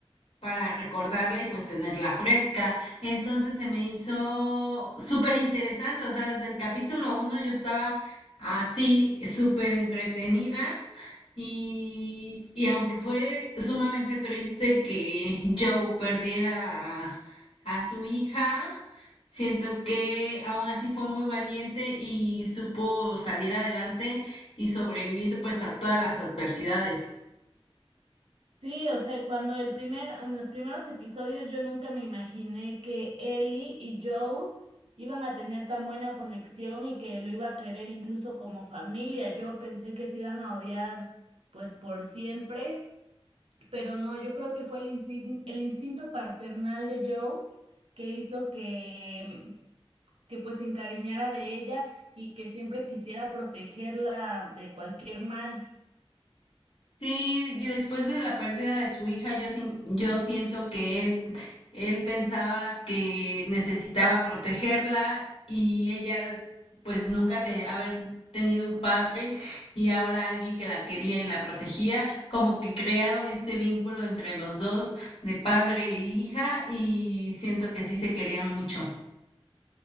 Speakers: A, on the left; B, on the right.
A: para recordarla y pues tenerla fresca. Entonces se me hizo súper interesante, o sea, desde el capítulo uno yo estaba así súper entretenida y, y aunque fue sumamente triste que Joe perdiera a, a su hija, siento que aún así fue muy valiente y supo salir adelante y sobrevivir pues a todas las adversidades.
B: Sí, o sea, cuando el primer, en los primeros episodios yo nunca me imaginé que Ellie y Joel iban a tener tan buena conexión y que lo iba a querer incluso como familia. Yo pensé que se iban a odiar pues por siempre, pero no, yo creo que fue el instin- el instinto paternal de Joel que hizo que, que pues se encariñara de ella y que siempre quisiera protegerla de cualquier mal.
A: Sí, y después de la pérdida de su hija, yo, sin- yo siento que él, él pensaba que necesitaba protegerla y ella pues nunca te, haber tenido un padre y ahora alguien que la quería y la protegía, como que crearon este vínculo entre los dos de padre e hija y siento que sí se querían mucho.